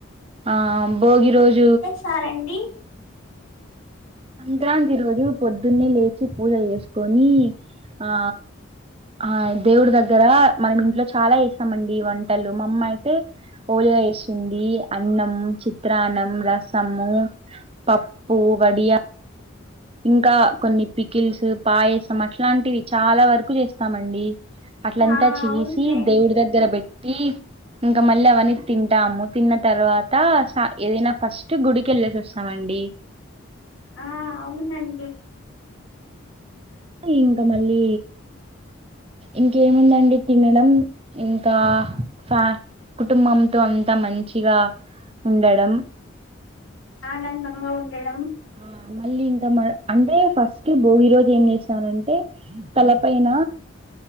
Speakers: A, on the right; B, on the left.
A: ఆ భోగి రోజు
B: స్తారండి
A: సంక్రాంతి రోజు పొద్దున్నే లేచి పూజ చేసుకొని ఆ ఆ దేవుడి దగ్గర మనం ఇంట్లో చాలా వేస్తామండి వంటలు మామ్మ అయితే హోయ వేస్తుంది అన్నం, చిత్రాన్నం, రసము, పప్పు, వడియా ఇంకా కొన్ని పికిల్స్, పాయసం అట్లాంటివి చాలా వరకు చేస్తామండి అట్లంతా
B: ఆ
A: చేసి
B: అవునులేండి
A: దేవుడి దగ్గర పెట్టి ఇంక మళ్ళీ అవన్నీ తింటాము తిన్న తర్వాత ఏదైనా ఫస్ట్ గుడికి వెళ్ళేసి వస్తామండి
B: ఆ అవునండి
A: ఇంక మళ్ళీ ఇంకేముందండి తినడం ఇంకా ఫ్యా కుటుంబంతో అంతా మంచిగా ఉండడం
B: ఆ నం దంగ ఉండడం
A: ఆ మళ్ళీ ఇంకా మ అంటే ఫస్ట్ బోగి రోజూ ఎంచె చలంటే తల పైన